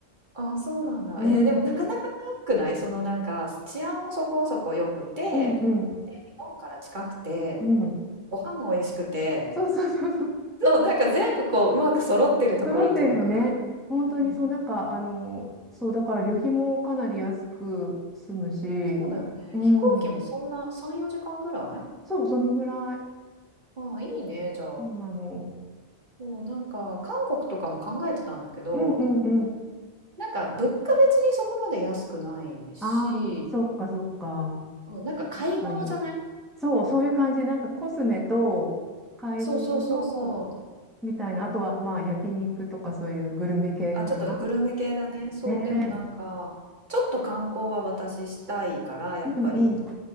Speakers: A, on the right; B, in the centre.
A: あ、そうなんだ。
B: うん、
A: えーでもなかなかなくないそのなんか治安もそこそこ良くて、
B: うん、うん、
A: 日本から近くて、
B: うん。
A: ご飯も美味しくて、
B: そうそうそうそう。
A: そう、なんか全部こう、うまく揃ってるところっていうのかな。
B: 揃ってるよね。本当にそう、
A: うん。
B: なんか、あの、そう、だから旅費もかなり安く済むし、
A: そうだよね。
B: うん。
A: 飛行機もそんな3、4時間ぐらい
B: そう、そのぐらい。
A: ああ、いいね、じゃあ。
B: そうなの。
A: そう、なんか韓国とかも考えてたんだけど、
B: うんうんうん。
A: なんか物価別にそこまで安くないし、
B: ああ、そっかそっか。
A: そう、なんか買い物じゃない
B: 確かに。そう、そういう感じ。なんかコスメと買い物と、
A: そうそうそうそう。
B: みたいな。あとは、まあ、焼肉とかそういうグルメ系かな。
A: あ、ちょっとグルメ系だね。そう、
B: ね。
A: でもなんか、ちょっと観光は私したいから、やっぱり。
B: うんうん。